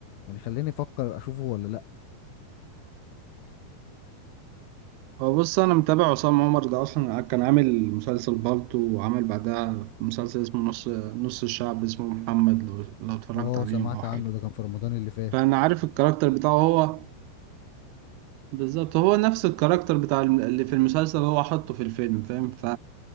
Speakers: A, on the left; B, on the right.
A: يعني خليني افكر اشوفه ولا لا
B: هو بص انا متابع عصام عمر ده اصلا كان عامل مسلسل بالطو وعمل بعدها مسلسل اسمه نص نص الشعب اسمه محمد لو, لو اتفرجت
A: اه
B: عليهم
A: سمعت
B: او حاجه
A: عنه ده كان في رمضان اللي فات
B: فانا عارف الكاركتر بتاعه هو بالظبط هو نفس الكاركتر بتاع الم- اللي في المسلسل هو حطه في الفيلم فاهم ف...